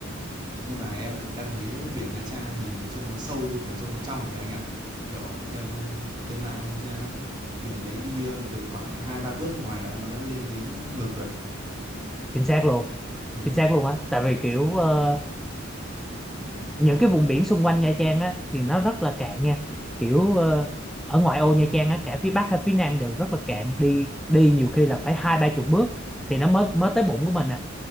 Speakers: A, on the right; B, in the centre.
A: Nhưng mà em em thấy biển Nha Trang nhìn trông nó sâu mà trông nó trong kìa anh à. Kiểu em lên mạng em xem ấy. Biển đấy đi ờ, được khoảng 2 3 bước ngoài là nó đã lên đến ờ, ngực rồi.
B: chính xác luôn
A: Ừ,
B: chính xác luôn á tại vì kiểu ờ, những cái vùng biển xung quanh Nha Trang á thì nó rất là cạn nha kiểu ờ, ở ngoại ô Nha Trang á cả phía Bắc hay phía Nam đều rất là cạn đi đi nhiều khi là phải hai ba chục bước thì nó mới mới tới bụng của mình à